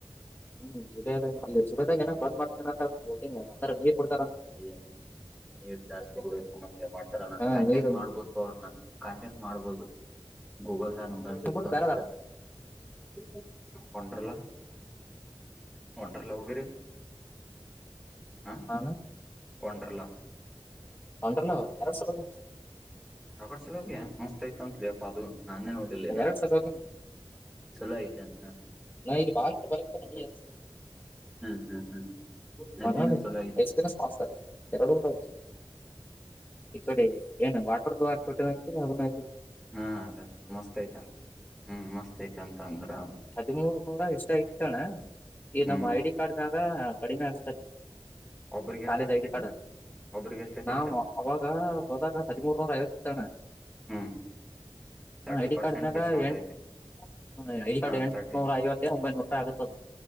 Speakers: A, on the left; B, in the centre.
A: ಹೂ ಜುಲೈದಾಗ ಅಲ್ಲಿ ಸುಕಾದಂಗ್ ಏನೊ ಬಂದ್ ಮಾಡ್ತನ? ತಂತ್ ಗೊತ್ತಿಲ್ಲ ಅಂದ್ರ ನೀರ್ ಬಿಡ್
B: ಏನ್, ನೀರ್ ಜಾಸ್ತಿ <unintelligible> ಮಾಡ್ತಾರಣ
A: ಹಾ
B: ಕಾಂಟ್ಯಾಕ್ಟ್
A: ನೀರು
B: ಮಾಡ್ಬೋದು ಅವ್ರನ್ನ, ಕಾಂಟ್ಯಾಕ್ಟ್ ಮಾಡ್ಬೋದು. ಗೂಗಲ್ ನಾಗ್ ನಂಬರ್ ಸಿಗ್ತಾವ್
A: ಬಿಟ್ಟು ಬೇರೆ ದಾಟದು
B: <unintelligible> ವಂಡರ್ಲಾ. ವಂಡರ್ಲಾ ಹೋಗಿರಿ? ಹಾ
A: ಆನ.
B: ವಂಡರ್ಲಾ.
A: ವಂಡರ್ಲಾ, ಎರಡ್ ಸಲ ಓಗಿನೋ
B: <unintelligible> ಸಲ ಹೋಗಿಯಾ ಮಸ್ <unintelligible> ಕಂತ್ಲೇಯಪ್ಪಾ ಅದು. ನಾನೆ ನೋಡಿಲ್ಲ ಇನ್ನ.
A: ಎರಡ್ ಸಲ ಹೋಗಿನಿ
B: ಚಲೋ ಐತೇನ್
A: ನಾ ಈಗೆ ಬಾಗ್ಲ್ ಕೋಟೆ ಬರಕಿಂತ ಮೊದ್ಲ್ಲೇ ಎರ್ಡ್ ಸಲ
B: ಹ್ಮ್ ಹ್ಮ್ ಹ್ಮ್.
A: <unintelligible>
B: ಅಲ್ಲಿನು ಚಲೋ ಐತಿ
A: ಎಕ್ಸ್ಪಿರಿನ್ಸ್ ಪಾಸ್ತಾಗೈತ್ ಎರಡೂವರ್ ಇ ಕಡೆ ಏನು ವಾಟರ್ದು ಆಕ್ಬುಟಿರಂಗ್ ಐತಿ ಅದನ
B: ಹಾ ಅದ್ ಮಸ್ತ್ ಅಯ್ತ, ಹ್ಮು ಮಸ್ತ್ ಅಯ್ತ್ ಅಂತ್ ಅಂದ್ರ
A: ಹದಿಮೂರ್ ನೂರ ಎಷ್ಟ್ ಆಗೈತಣ್ಣ ಈ
B: ಹ್ಮ್
A: ನಮ್ಮ್ ಐಡಿ ಕಾರ್ಡ್ನಾಗ ಹಾ ಕಡಿಮೆ ಆಗುತ್ ಅಲ್ಲಿ.
B: ಒಬ್ರಿಗೆ
A: ಕಾಲೇಜ್
B: ಎಷ್ಟೇ ಟಿಕೆಟ್
A: ಐಡಿ ಕಾರ್ಡ,
B: ಒಬ್ರಿಗೆ ಎಷ್ಟೇ ಟಿಕೆಟ್
A: ನಾವ್ ಅವಾಗ ಅವಾಗ ಹದಿಮೂರ್ನೂರ ಐವತ್ ಇತ್ ಅಣ್ಣಾ.
B: ಹ್ಮ್ ತರ್ಟಿ
A: ಹ ಐಡಿ
B: ಪರ್ಸೆಂಟ್
A: ಕಾರ್ಡ್ನಾಗ್
B: ಡಿಸ್ಕೌಂಟ್
A: ಎಂಟ್
B: ಐತಿ
A: <unintelligible> ಐಡಿ ಕಾರ್ಡ್
B: ಹಾ
A: ಎಂಟ್ನೂರ
B: ತರ್ಟಿ
A: ಐವತ್ <unintelligible> ಒಂಬೈನೂರುಪಾಯ್ ಆಗತ್ ಅದು.